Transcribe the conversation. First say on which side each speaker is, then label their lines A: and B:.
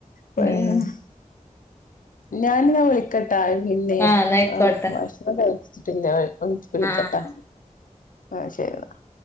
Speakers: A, on the left; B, on the left.
A: <unintelligible>
B: ഉം
A: ഞാന് ന്നാ വിളിക്കട്ടാ പിന്നെ
B: ആഹ് എന്നാ ആയിക്കോട്ടെ
A: ആ ഭഷ് ക്ഷണം കഴിച്ചിട്ടില്ല വിളി വിളിക്കട്ടൊ
B: ആഹ്
A: ആ ശെരി ന്നാ